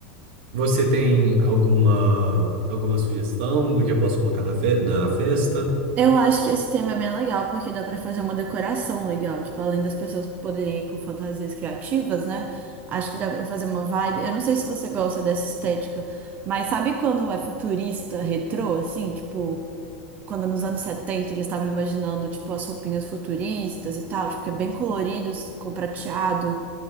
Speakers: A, on the right; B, on the right.
A: você tem alguma alguma sugestão do que eu posso colocar na, fe- na festa?
B: Eu acho que esse tema é bem legal, porque dá para fazer uma decoração legal. Tipo, além das pessoas poderem ir com fantasias criativas, né? Acho que dá para fazer uma vibe. Eu não sei se você gosta dessa estética, mas sabe quando é futurista, retrô, assim? Tipo. quando nos anos 70 eles estavam imaginando, tipo, as roupinhas futuristas e tal, tipo, que é bem colorido, com prateado,